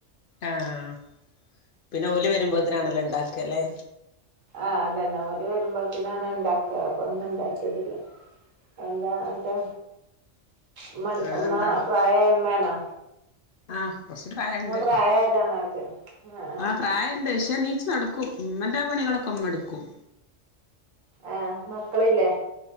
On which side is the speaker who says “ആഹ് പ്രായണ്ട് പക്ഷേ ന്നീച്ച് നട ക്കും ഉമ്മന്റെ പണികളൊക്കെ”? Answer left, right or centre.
Left